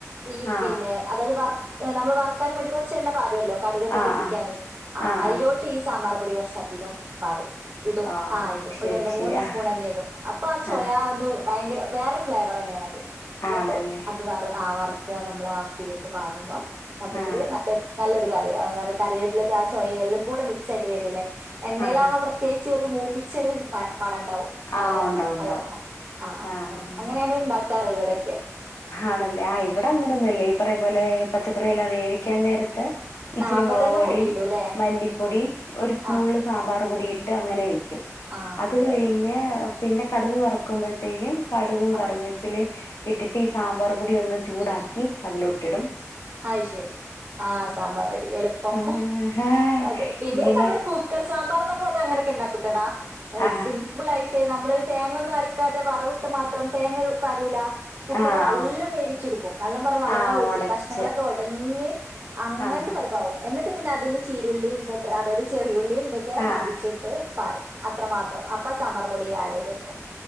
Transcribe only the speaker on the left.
ആഹ്
ആഹ്
ആഹ്
ആഹ്
ആഹ്
ആഹ്
ശരി
ശരി ആഹ്
ആഹ്
ആണല്ലേ
ആഹ്
ആഹ്
ആഹ്
ഉണ്ടാവും ഉണ്ടാവും
ആഹ്
ആണല്ലേ ആ ഇവിടെ അങ്ങനെന്നൂല്ലേ ഈ പറയും പോലെ പച്ചക്കറിയെല്ലാം വേവിക്കാൻ നേര ത്ത് ഇച്ചിരി
മുളക്
പൊടിയും
മല്ലിപ്പൊടിയും ഒരു
നുള്ള് സാമ്പാർ പൊടിയും ഇ ട്ട് അങ്ങനെ വെയ്
അത്
കഴിഞ്ഞ
പിന്നെ കടുക് കുറക്കുമ്പോഴത്തേക്കും കടുകും
കറിവീത്തിലയും ഇട്ടിട്ട് ഈ സാമ്പാർ പൊടി ഒന്ന് ചൂടാക്കി അതിലൊട്ടിടും
ആഹ്.
ഇങ്ങനെ
ആഹാ
ആഹ്
ആഹ്
ആഹ്
ഒടച്ച്
ആഹാ
ആഹ്
ആഹ്